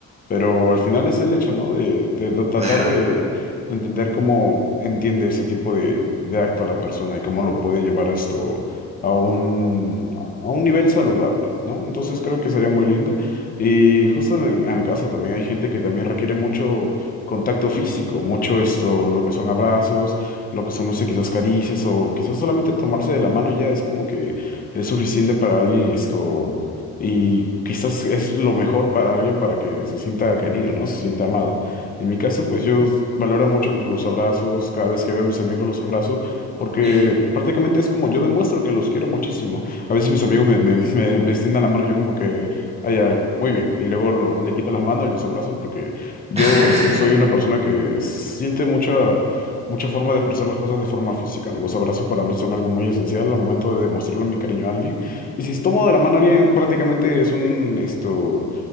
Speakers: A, on the left; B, on the right.
A: pero al final es el hecho, ¿no? De, de tra- tratar
B: Claro.
A: de, de entender cómo entiende ese tipo de, de acto la persona y cómo lo puede llevar esto a un, a un nivel saludable, ¿no? Entonces creo que sería muy lindo. Y justo en, en el caso también hay gente que también requiere mucho contacto físico, mucho esto, lo que son abrazos, lo que son, no sé, quizás caricias o quizás solamente tomarse de la mano y ya es como que es suficiente para alguien esto y quizás es lo mejor para alguien para que se sienta querido, ¿no? Se sienta amado. En mi caso, pues yo valoro mucho los abrazos, cada vez que veo a mis amigos los abrazo, porque
B: Ujú.
A: prácticamente es como yo demuestro que los quiero muchísimo. A veces mis amigos me, me, <laughs> me, me extienden la mano, yo como que, ah, ya, muy bien, y luego lo- le quito las manos y los abrazo porque yo
B: <laughs>
A: soy una persona que siente mucha... Mucha forma de expresar las cosas de forma física, ¿no? Los abrazos para mí son algo muy esencial al momento de demostrarle mi cariño a alguien. Y si tomo de la mano a alguien, prácticamente es un, esto,